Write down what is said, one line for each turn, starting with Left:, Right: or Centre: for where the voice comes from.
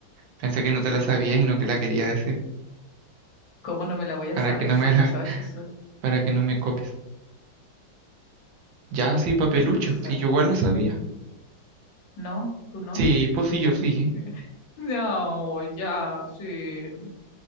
Right: Pensé que no te la sabías y no que la quería decir.
Left: ¿Cómo no me la voy a
Right: Para
Left: saber
Right: que no
Left: si
Right: me la,
Left: tú sabes que
Right: <laughs>
Left: soy?
Right: para que no me copies. Ya, sí, papelucho.
Left: ¿Tú sabes
Right: Sí, yo igual
Left: que?
Right: la sabía.
Left: No, tú no.
Right: Sí, pues sí, yo sí.
Left: <laughs> No, ya, sí.